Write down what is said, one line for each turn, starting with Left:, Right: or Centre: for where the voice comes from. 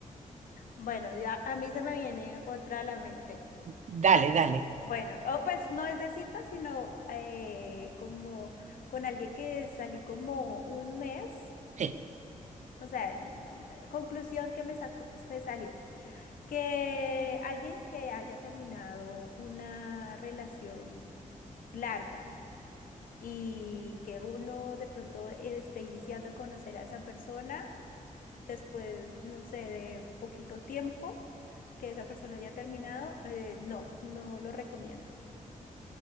Left: Bueno, ya a mí se me viene otra a la mente.
Right: Dale, dale.
Left: Bueno, o pues no es de cita, sino eh, como con alguien que salí como un mes.
Right: Sí.
Left: O sea, l- l- conclusión que me sacó, me salió. que alguien que haya terminado una relación larga y que uno de pronto esté iniciando a conocer a esa persona después, no sé, de poquito tiempo que esa persona haya terminado, eh, no, no lo recomiendo.